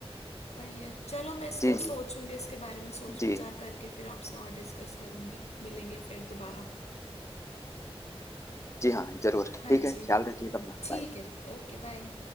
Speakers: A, on the left; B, on the left.
A: वही है चलो मैं इसको
B: जी
A: सोचूंगी
B: जी
A: इसके बारे में सोच
B: जी
A: विचार करके फिर आपसे और डिस्कस करूंगी मिलेंगे फिर दोबारा
B: जी हाँ जरूर
A: हाँ
B: ठीक है
A: जी
B: ख्याल रखिएगा अपना
A: ठीक
B: बाय
A: है जी, ओके बाय